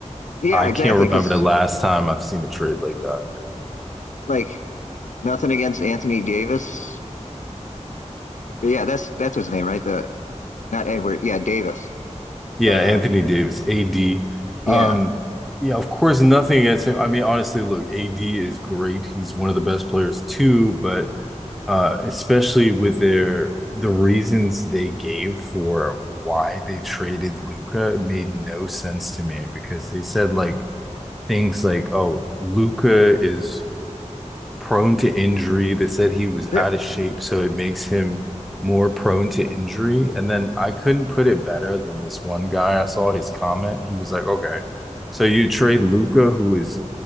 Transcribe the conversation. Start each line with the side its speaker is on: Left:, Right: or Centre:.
Left: Yeah,
Centre: I
Left: exactly.
Centre: can't remember
Left: Because
Centre: the last time I've seen a trade like that.
Left: like nothing against Anthony Davis yeah, that's that's his name, right? The not Edward, yeah, Davis.
Centre: Yeah,
Left: The uh,
Centre: Anthony Davis, AD.
Left: yeah,
Centre: Um, yeah, of course, nothing against him. I mean, honestly, look, AD is great. He's one of the best players too, but uh, especially with their the reasons they gave for why they traded Luca made no sense to me because they said like things like, "Oh, Luca is prone to injury. They said he
Left: <laughs>
Centre: was
Left: Th-
Centre: out of shape, so it makes him more prone to injury. And then I couldn't put it better than this one guy. I saw his comment. He was like, okay, so you trade Luca, who is